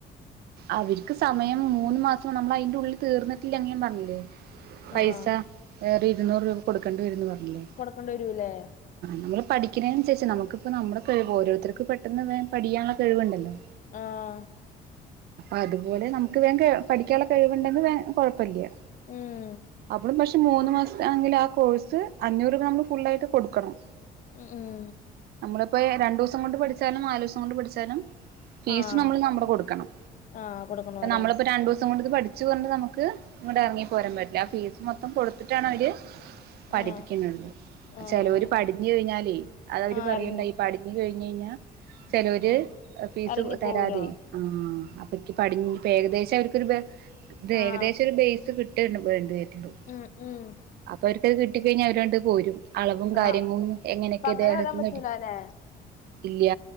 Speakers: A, on the right (about 70°); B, on the left (about 50°).
A: അവര്ക്ക് സമയം മൂന്ന് മാസം നമ്മൾ അയിന്റെ ഉള്ളിൽ തീർന്നിട്ടില്ല അങ്ങ പറഞ്ഞില്ലേ? പൈസ
B: ആഹ്
A: വേറെ ഇരുന്നൂറ് രൂപ കൊടുക്കേണ്ടി വരന്ന് പറഞ്ഞില്ലേ?
B: കൊടുക്കേണ്ടി വരൂല്ലേ
A: നമ്മ പഠിക്ണെനൻസരിച്ച് നമുക്കിപ്പോ നമ്മുടെ കഴിവ് ഓരോരുത്തർക്ക് പെട്ടെന്ന് പഠിയാനുള്ള കഴിവ്ണ്ടല്ലോ?
B: ആഹ്!
A: അതുപോലെ നമുക്ക് വേഗം പഠിക്കാനുള്ള കഴിവ്ണ്ടെങ്കില് കൊഴപ്പമില്ല
B: ഉം
A: അവള് പക്ഷെ മൂന്ന് മാസം.... ആണെങ്കിൽ ആ കോഴ്സ് അഞ്ഞൂറ് രൂപ ഫുള്ളായിട്ട് കൊടുക്കണം.
B: ഉം ഉം...
A: നമ്മളിപ്പോ രണ്ടൂസം കൊണ്ട് പഠിച്ചാലും, നാലൂസം കൊണ്ട് പഠിച്ചാലും, ഫീസ്
B: ആഹ്
A: നമ്മൾ നമ്മുടെ കൊടുക്കണം
B: ആഹ് കൊടുക്കണോല്ലേ
A: ക്കണം നമ്മളിപ്പോ രണ്ടു ദിവസം കൊണ്ട് പഠിച്ച ച് കൊണ്ട് നമ്ക്ക് ഇങ്ങോട്ട് ഇറങ്ങി പോരാൻ പറ്റില്ല. ആ ഫീസ് മൊത്തം കൊടുത്തിട്ടാണ് അവര് പഠിപ്പിക്ന്ന്ണ്ട്.
B: ആഹ് ആഹ്
A: ചിലൊര്
B: ആഹ്
A: പഠിഞ് കഴിഞ്ഞാലേ അത് അവര്
B: ആഹ്
A: പറയണ്ടായി
B: എറങ്ങി
A: പ കഴിഞ്ഞ കഴിഞ്ഞാൽ ചിലര്
B: ഉം
A: ഫീസ്
B: എറങ്ങി
A: തരാതെ
B: പോവൂലോ
A: ആയി ആ അപ്പക്കി പടി ഏകദേശം അവർക്കൊരു, ഇ ഏകദേശം അവർക്കൊരു ബേ
B: ആഹ്
A: ഏകദേശം ബേസ് കിട്ട.. ട്ടേണ്ട വിട്ടു..
B: ഉം... ഉം..
A: അപ്പൊ അവർക്ക്ത് കിട്ടിക്കഴിഞ്ഞാൽ അവരണ്ട് പോരും. അളവും കാര്യങ്ങളും
B: ആഹ്
A: എങ്ങനെയൊക്കെ
B: അപ്പൊ അങ്ങനെ
A: ഇതേതൊക്കെ
B: വരാൻ പറ്റൂലാല്ലേ
A: ഇല്യ.